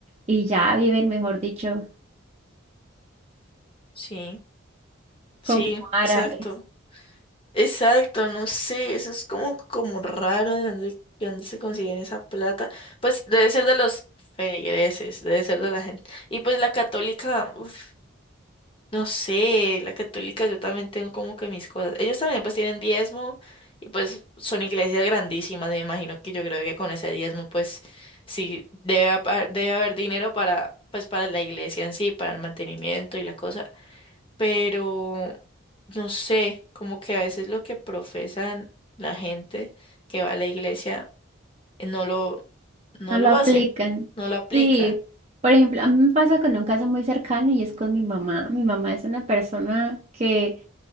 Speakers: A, on the right; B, on the left.
A: y ya viven, mejor dicho,
B: Sí. Sí,
A: como árabes.
B: exacto. Exacto, no sé, eso es como, como raro de dónde, de dónde se consiguen esa plata. Pues debe ser de los feligreses, debe ser de la gente. Y pues la católica, uf, no sé, la católica yo también tengo como que mis cosas. Ellos también pues tienen diezmo y pues son iglesias grandísimas, me imagino que yo creo que con ese diezmo pues sí debe, apa- debe haber dinero para pues para la iglesia en sí, para el mantenimiento y la cosa pero no sé, como que a veces lo que profesan la gente que va a la iglesia eh, no lo, no
A: No lo
B: lo
A: aplican.
B: hacen, no lo aplican.
A: Sí, por ejemplo, a mí me pasa con un caso muy cercano y es con mi mamá. Mi mamá es una persona que